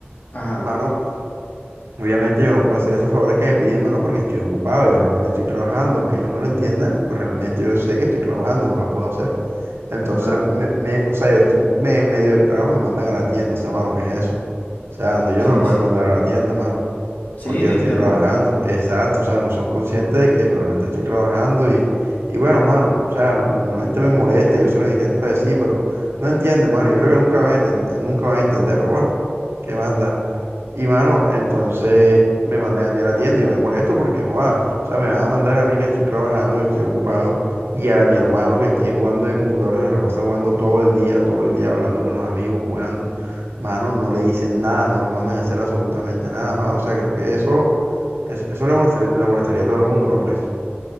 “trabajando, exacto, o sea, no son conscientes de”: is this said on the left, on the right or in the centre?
Right